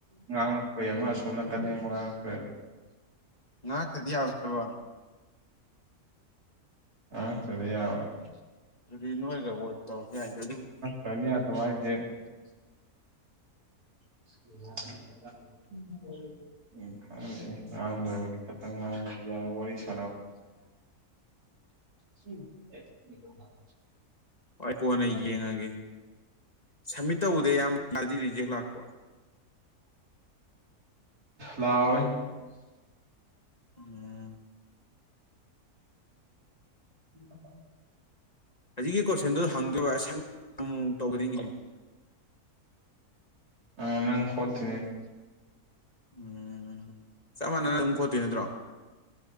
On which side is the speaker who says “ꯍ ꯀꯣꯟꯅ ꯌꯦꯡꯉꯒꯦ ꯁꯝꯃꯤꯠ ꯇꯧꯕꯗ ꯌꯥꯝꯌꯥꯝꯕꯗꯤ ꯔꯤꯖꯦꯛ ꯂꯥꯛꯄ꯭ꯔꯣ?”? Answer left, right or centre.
Left